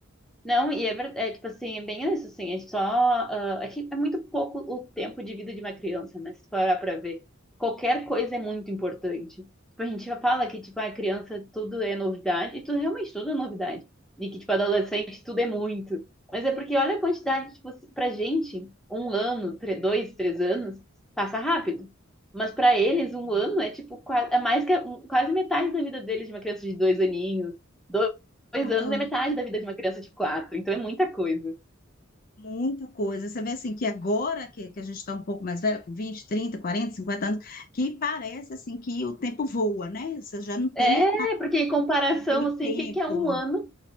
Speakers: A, in the centre; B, on the left.
A: Não, e é verdade, é, tipo assim, é bem isso, assim, é só, ah, é que é muito pouco o tempo de vida de uma criança, né, se parar pra ver, qualquer coisa é muito importante, tipo, a gente já fala que, tipo, a criança tudo é novidade, e tudo, realmente tudo é novidade, e que, tipo, adolescente tudo é muito, mas é porque olha a quantidade, tipo, se- pra gente, um ano, tre- dois, três anos, passa rápido, mas pra eles, um ano é, tipo, qua- é mais que, a- um- quase metade da vida deles de uma criança de dois aninhos, dois
B: Pronto.
A: anos é metade da vida de uma criança de quatro, então é muita coisa.
B: Muita coisa. Você vê assim que agora que, que a gente está um pouco mais velha, com 20 30 40 50 anos, que parece assim que o tempo voa, né? Você já não tem
A: É, porque em comparação,
B: aquele
A: assim,
B: tempo.
A: o que que é um ano? O